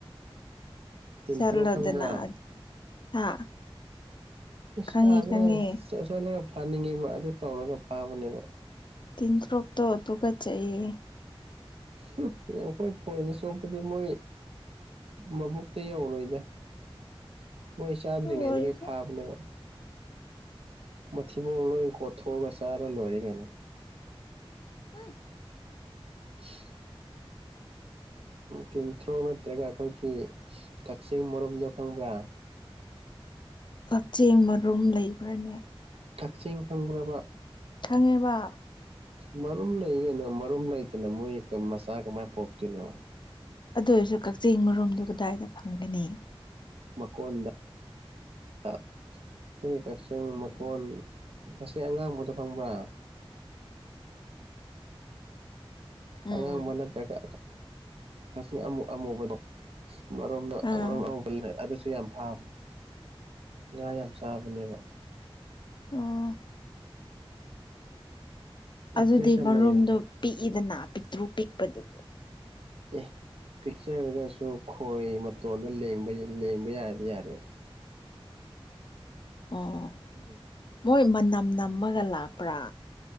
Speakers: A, on the right (about 80°); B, on the left (about 50°).
A: ꯇꯤꯟꯊ꯭ꯔꯣꯛ
B: ꯆꯠꯂꯣꯗꯅ
A: ꯈꯪꯕ꯭ꯔꯥ
B: ꯑꯗꯨꯗꯤ ꯍꯥ
A: ꯏꯁꯥꯗ
B: ꯈꯪꯉꯦ ꯈꯪꯉꯦ
A: ꯆꯠ ꯆꯠꯂꯒ ꯐꯥꯅꯤꯡꯉꯦꯕ ꯑꯗꯨ ꯇꯧꯔꯒ ꯐꯥꯕꯅꯦꯕꯥ
B: ꯇꯤꯟ ꯊ꯭ꯔꯣꯛꯇꯣ ꯇꯨꯒꯠꯆꯩꯌꯦ
A: ꯍꯦ ꯅꯪ ꯈꯣꯏ ꯈꯣꯏꯖꯦ ꯆꯣꯞꯄꯗꯤ ꯃꯣꯏ ꯃꯕꯨꯛꯇ ꯌꯧꯔꯣꯏꯗ ꯃꯣꯏ ꯆꯥꯗ꯭ꯔꯤꯉꯩꯗꯒꯤ
B: ꯑꯗꯨ ꯑꯣꯏꯔꯁꯨ
A: ꯐꯥꯕꯅꯦꯕ ꯃꯊꯤꯕꯣꯡ ꯂꯣꯏꯅ ꯀꯣꯠꯊꯣꯛꯑꯒ ꯆꯥꯥꯔ ꯂꯣꯏꯔꯦ ꯀꯩꯅꯣ
B: ꯍꯝ
A: <inaudible> ꯇꯤꯟꯊ꯭ꯔꯣꯛ ꯅꯠꯇ꯭ꯔꯒ ꯑꯈꯣꯏꯒꯤ ꯀꯛꯆꯦꯡ ꯃꯔꯨꯝꯗꯣ ꯈꯪꯕ꯭ꯔꯥ
B: ꯀꯛꯆꯦꯡ ꯃꯔꯨꯝ ꯂꯩꯕ꯭ꯔꯅꯦ
A: ꯀꯛꯆꯦꯡ ꯈꯪꯕ꯭ꯔꯕ
B: ꯈꯪꯉꯦꯕꯥ
A: ꯃꯔꯨꯝ ꯂꯩ ꯌꯦ ꯀꯩꯅꯣ ꯃꯔꯨꯝ ꯂꯩꯇꯅ ꯃꯣꯏ ꯃꯆꯥ ꯀꯃꯥꯏ ꯄꯣꯛꯇꯣꯏꯅꯣ
B: ꯑꯗꯨ ꯑꯣꯏꯖꯨ ꯀꯛꯆꯦꯡ ꯃꯔꯨꯝꯝꯗꯣ ꯀꯗꯥꯏꯗ ꯐꯪꯒꯅꯤ
A: ꯃꯀꯣꯟꯗ ꯑꯥ ꯑꯈꯣꯏꯒꯤ ꯀꯛꯆꯦꯡ
B: ꯎꯝ
A: ꯃꯀꯣꯟ ꯉꯁꯤ ꯑꯉꯥꯡꯕꯗꯣ ꯈꯪꯕ꯭ꯔꯥ
B: ꯎꯝ
A: ꯑꯉꯥꯡꯕ ꯅꯠꯇ꯭ꯔꯒ ꯀꯛꯆꯦꯡ ꯑꯃꯨ ꯑꯃꯨꯕꯗꯣ ꯃꯔꯣꯝꯗꯣ <unintelligible>
B: ꯑꯥ
A: ꯨ ꯌꯥꯝ ꯐꯥꯕꯅꯦ ꯉꯥ ꯌꯥꯝ ꯆꯥꯕꯅꯦꯕ
B: ꯑꯣ ꯑꯗꯨꯗꯤ
A: ꯏꯟꯇꯔꯦꯁ ꯌꯥꯝ
B: ꯃꯔꯨꯝꯗꯣ
A: ꯂꯩꯕꯅꯦ
B: ꯄꯤꯛꯏꯗꯅ ꯄꯤꯛꯇ꯭ꯔꯨ ꯄꯤꯛꯄꯗꯨ
A: ꯑꯦ ꯄꯤꯛꯆꯔꯒꯁꯨ ꯈꯣꯏ ꯃꯇꯣꯟꯗ ꯂꯦꯡꯕ ꯌꯥꯔꯗꯤ ꯌꯥꯔꯦ
B: ꯑꯣ
A: ꯎꯝ
B: ꯃꯣꯏ ꯃꯅꯝ ꯅꯝꯃꯒ ꯂꯥꯛꯄ꯭ꯔꯥ